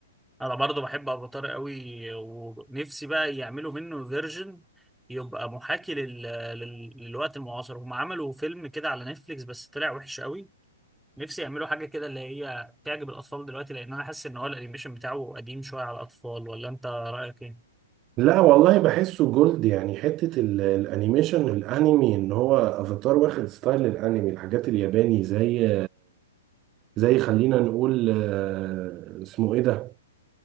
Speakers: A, in the centre; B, on the right.
A: انا برضو بحب ابو طارق قوي ونفسي بقى يعملوا منه فيرجن يبقى محاكي لل... لل... للوقت المعاصر هم عملوا فيلم كده على نتفليكس بس طلع وحش قوي نفسي يعملوا حاجة كده اللي هي تعجب الأطفال دلوقتي لأن أنا حاسس إن هو الأنيميشن بتاعه قديم شوية على الأطفال ولا أنت رأيك إيه؟
B: لا والله بحسه جولد يعني حتة ال- الانيميشن الانمي ان هو افاتار واخد ستايل الانمي الحاجات الياباني زي زي خلينا نقول آه، اسمه ايه ده